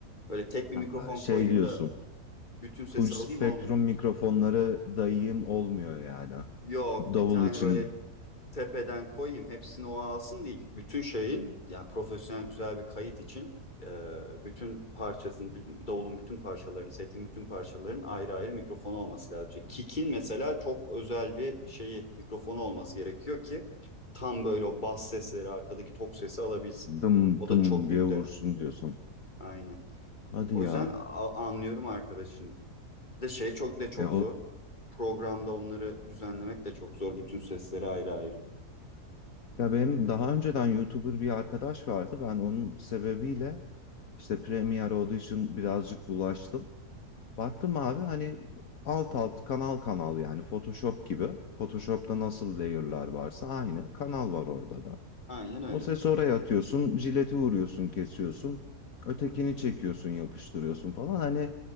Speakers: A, on the left; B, on the left.
A: Böyle tek bir
B: Ha,
A: mikrofon
B: Şey
A: koyayım
B: diyorsun.
A: da bütün sesi
B: Full spektrum
A: alayım olmuyor.
B: mikrofonları dayayım olmuyor yani.
A: Yok,
B: Davul
A: bir tane
B: için
A: böyle tepeden koyayım hepsini o alsın değil. Bütün şeyin yani profesyonel güzel bir kayıt için e, bütün parçasının, bütün- davulun bütün parçalarının, setin bütün parçalarının ayrı ayrı mikrofonu olması lazım. İşte kick'in mesela çok özel bir şeyi, mikrofonu olması gerekiyor ki tam böyle o bas sesleri, arkadaki tok sesi alabilsin.
B: dım
A: O da
B: dım
A: çok büyük
B: diye vursun
A: dert.
B: diyorsun.
A: Aynen.
B: Hadi
A: O
B: ya.
A: yüzden a- anlıyorum arkadaşını. Bir de şey çok de çok
B: E,
A: zor.
B: o,
A: Programda onları düzenlemek de çok zor. Bütün sesleri ayrı ayrı.
B: Ya benim daha önceden YouTuber bir arkadaş vardı. Ben onun sebebiyle işte Premiere Audition birazcık bulaştım. Baktım abi hani alt alt kanal kanal yani Photoshop gibi. Photoshop'ta nasıl layer'lar varsa aynı kanal var orada da.
A: Aynen öyle.
B: O sesi oraya atıyorsun, jileti vuruyorsun, kesiyorsun. Ötekini çekiyorsun, yapıştırıyorsun falan. Hani